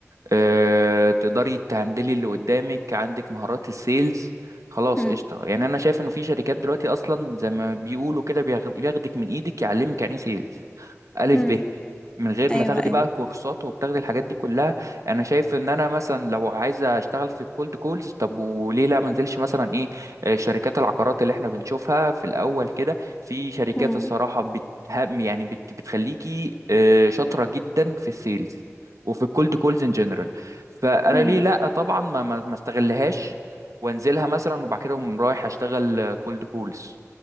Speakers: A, on the right; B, on the left.
A: آه تقدري تهندلي اللي قدامك عندك مهارات السيلز خلاص
B: مم.
A: قشطة يعني انا شايف انه في شركات دلوقتي اصلا زي ما بيقولوا كده بياخد- بياخدك من ايدك يعلمك يعني إيه سيلز ألف
B: مم.
A: ب من غير
B: ايوه
A: ما تاخدي
B: ايوه
A: بقى كورسات وبتاخدي الحاجات دي كلها انا شايف ان انا مثلا لو عايزه اشتغل في الكولد كولز طب وليه لا منزلش مثلا ايه آه، شركات العقارات اللي احنا بنشوفها في الاول كده في شركات
B: امم
A: الصراحه بتهم يعني بت بتخليكي آه، شاطره جدا في السيلز وفي الكولد كولز ان جنرال فانا
B: امم
A: ليه لا طبعا ما ما ما استغلهاش وانزلها مثلا وبعد كده أقوم رايح اشتغل كولد كولز